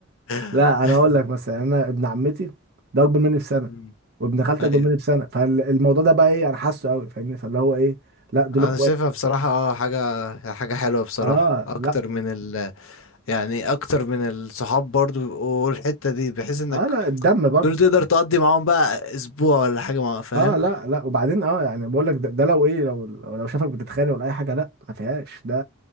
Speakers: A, on the left; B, on the right.
A: <laughs>
B: لا انا اقول لك مثلا يعني انا ابن عمتي ده اكبر مني بسنه
A: مم.
B: وابن خالتي
A: ايوه
B: اكبر مني بسنه فالموضوع ده بقى ايه انا حاسه قوي فاهمني فاللي هو ايه لا دول
A: انا
B: اخوات
A: شايفها بصراحة اه حاجة حاجة حلوة بصراحة
B: اه
A: اكتر
B: لا
A: من ال يعني اكتر من الصحاب برضو بيبقوا الحتة دي بحيث انك
B: اه لا الدم برضه
A: دول تقدر تقضي معاهم بقى اسبوع ولا حاجة مع فاهم
B: اه لا لا وبعدين اه يعني بقول لك ده, ده لو ايه لو لو شافك بتتخانق ولا اي حاجه لا ما فيهاش ده